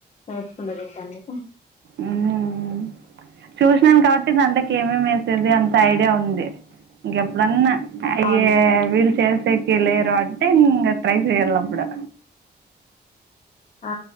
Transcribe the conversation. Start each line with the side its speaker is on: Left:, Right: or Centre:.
Left: నేర్చుకుండేది ఇంక అన్ని
Right: మ్మ్ హా చూసినాను కాబట్టి దాంట్లోకి ఏమేమి ఏసేది అంత ఐడియా ఉంది ఇంకెప్పుడన్నా అయే
Left: అవును
Right: వీళ్ళు చేసేకి లేరు అంటే ఇంగ ట్రై చెయ్యాల్నప్పుడు
Left: ఆ